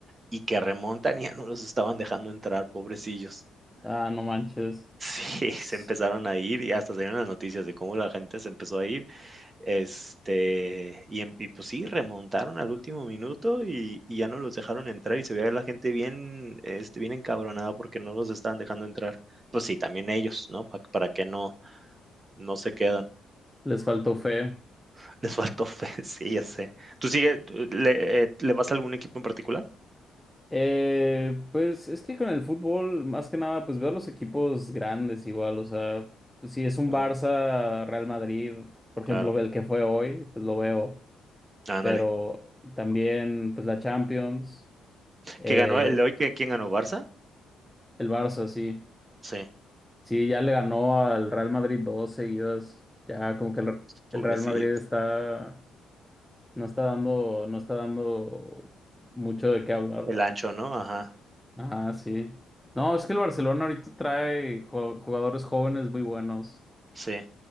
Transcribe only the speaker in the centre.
Ah, no manches,
pues,
les faltó fe.
Eh, pues es que con el fútbol, más que nada, pues veo los equipos grandes igual, o sea, si es un
Barça, Real Madrid, por ejemplo,
el que fue hoy, pues lo veo,
pero también pues la Champions, eh,
el Barça, sí,
sí, ya le ganó al Real Madrid dos seguidas, ya como que el,
el Real Madrid está, no está dando, no está dando mucho de qué hablar.
Ajá, sí. No, es que el Barcelona ahorita trae jo- jugadores jóvenes muy buenos